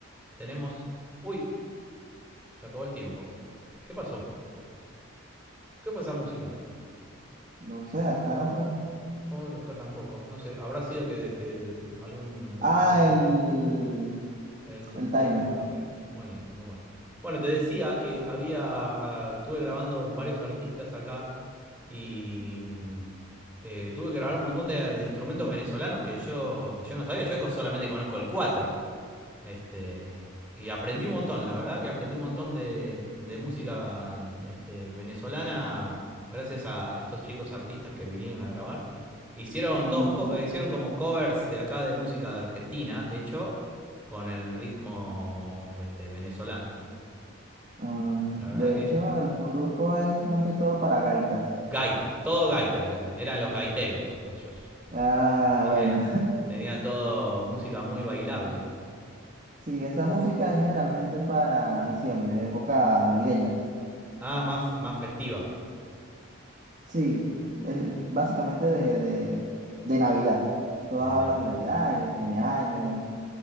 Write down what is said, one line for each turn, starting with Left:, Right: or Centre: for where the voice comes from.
Centre: tenemos... Uy, se acabó el tiempo. ¿Qué pasó? ¿Qué fue esa música?
Right: no sé, acá no fue.
Centre: Oh, no, acá tampoco, no sé, habrá sido que, que algún,
Right: Ah,
Centre: algún inter...
Right: el,
Centre: El
Right: el
Centre: inter...
Right: timer.
Centre: Ok, buenísimo, bueno. Bueno, te decía que había, ah, estuve grabando varios artistas acá y mm, eh, tuve que grabar un montón de, de instrumentos venezolanos que yo, que yo no sabía, yo solamente conozco el 4 este, y aprendí un montón, la verdad que aprendí un montón de, de música este, venezolana gracias a estos chicos artistas que vinieron a grabar. Hicieron, dos
Right: Y,
Centre: co- eh, hicieron como covers de acá de música de Argentina, hecho con el ritmo este, venezolano.
Right: ah,
Centre: La
Right: de
Centre: verdad que
Right: hecho, el furruco es más que todo para gaitas.
Centre: gaita, todo gaita eran, eran los gaiteros ellos.
Right: Ah,
Centre: Así
Right: bueno.
Centre: que era, tenía todo música muy bailable.
Right: Sí, esa música es generalmente para diciembre, época navideña.
Centre: Ah, más, más festiva
Right: Sí, es básicamente de, de, de Navidad. Todas
Centre: de
Right: hablan
Centre: Navidad.
Right: de Navidad y del fin de año.